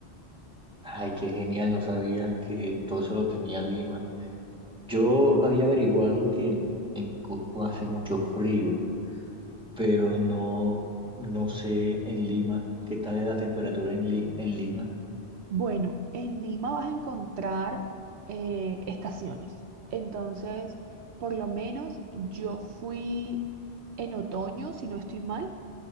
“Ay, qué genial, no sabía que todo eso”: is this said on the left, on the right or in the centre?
Centre